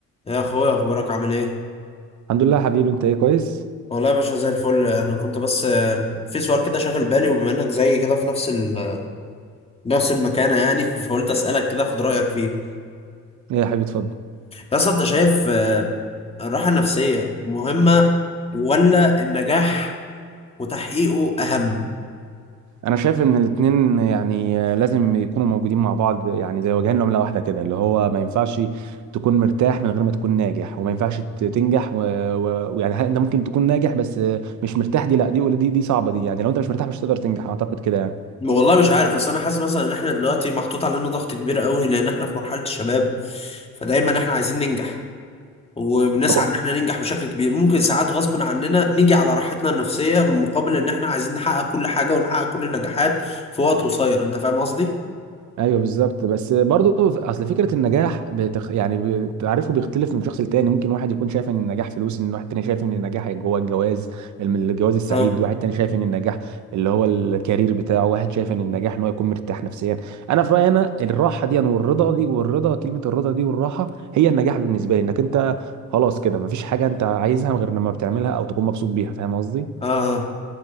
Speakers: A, on the left; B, on the right.
A: يا اخويا اخبارك عامل ايه
B: الحمد لله حبيبي انت ايه كويس
A: والله يا باشا زي الفل انا كنت بس آه، في سؤال كده شاغل بالي وبما انك زي كده في نفس ال... نفس المكانه يعني <laughs> فقلت اسالك كده اخد رايك فيه
B: ايه يا حبيبي اتفضل
A: يا اسطى انت شايف آه، الراحه النفسيه مهمه ولا النجاح وتحقيقه اهم
B: انا شايف ان الاتنين يعني آه، لازم يكونوا موجودين مع بعض يعني زي وجهين لعمله واحده كده اللي هو ما ينفعش تكون مرتاح من غير ما تكون ناجح وما ينفعش ت- تنجح و- و- ويعني ه- انت ممكن تكون ناجح بس آه، مش مرتاح دي لا دي دي دي صعبه دي يعني لو انت مش مرتاح مش هتقدر تنجح اعتقد كده
A: والله مش عارف بس انا حاسس مثلا ان احنا دلوقتي محطوط علينا ضغط كبير قوي لان احنا في مرحله الشباب فدايما احنا عايزين ننجح وبنسعى
B: يعني
A: ان احنا ننجح بشكل كبير ممكن ساعات غصب عننا نيجي على راحتنا النفسية مقابل ان احنا عايزين نحقق كل حاجة ونحقق كل النجاحات في وقت قصير انت فاهم قصدي؟
B: ايوه بالظبط بس برضو اصل فكره النجاح بتخ... يعني تعرفه بيختلف من شخص لتاني ممكن واحد يكون شايف ان النجاح فلوس ان واحد تاني شايف ان النجاح جوه الجواز الم- الجواز السعيد
A: اه
B: واحد تاني شايف ان النجاح اللي هو الكارير بتاعه واحد شايف ان النجاح ان هو يكون مرتاح نفسيا انا في رايي انا الراحه دي والرضا دي والرضا كلمه الرضا دي والراحه هي النجاح بالنسبه لي انك انت خلاص كده مفيش حاجه انت عايزها غير لما بتعملها او تكون مبسوط بيها فاهم قصدي
A: اه آه.